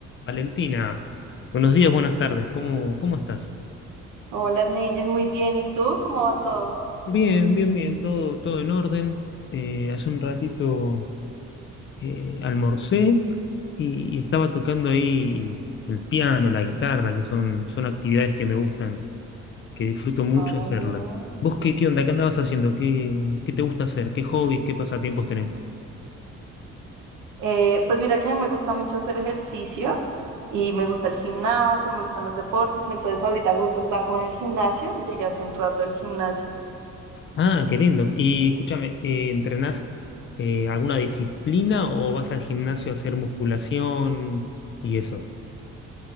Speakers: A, on the left; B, on the right.
A: Valentina, buenos días, buenas tardes, ¿cómo, cómo estás?
B: Hola, Neyen, muy bien. ¿Y tú? ¿Cómo va todo?
A: Bien, bien, bien, todo, todo en orden. Eh, hace un ratito eh, almorcé y, y estaba tocando ahí el piano, la guitarra, que son, son actividades que me gustan, que disfruto mucho
B: Ay,
A: hacerlas.
B: hola.
A: ¿Vos qué, qué onda? ¿Qué andabas haciendo? ¿Qué, qué te gusta hacer? ¿Qué hobbies, qué pasatiempos tenés?
B: Eh, pues mira que a mí me gusta mucho hacer ejercicio y me gusta el gimnasio, me gustan los deportes, entonces ahorita justo estaba como en el gimnasio y llegué hace un rato del gimnasio.
A: Ah, qué lindo. Y escúchame, eh, ¿entrenás eh, alguna disciplina o vas al gimnasio a hacer musculación y eso?